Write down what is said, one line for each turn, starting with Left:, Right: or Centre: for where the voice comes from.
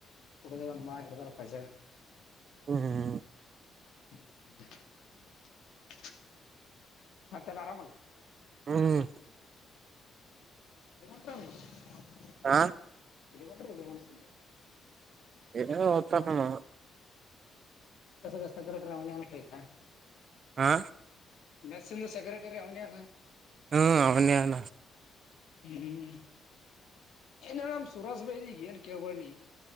Left: ಕುಡಿದ ಅಂದ ಮಾ ಎಡ್ತಾರ <unintelligible>
Right: ಹ್ಮ್
Left: <unintelligible> ಮತ್ತೆ ಎಲ್ಲ ಆರಾಮಲ್ಲ
Right: ಹ್ಮ್
Left: <unintelligible>
Right: ಹಾ
Left: ಎಲ್ಲಿಗೊರ್ಟ್ರಿ <unintelligible>
Right: <unintelligible>
Left: ಸ ಸೆಕರಟ್ರಿ ಅವನ <unintelligible>
Right: ಹಾ
Left: ಮೆಸ್ಸಿನ್ದು ಸೆಕ್ರೆಟರಿ ಅವನೇನಾ
Right: ಹ್ಮ್ ಅವನೇ ನ
Left: ಹ್ಮ ಎನ ನಮ್ ಸುರಾಜ್ ಭೈದಿ <unintelligible> ನೀ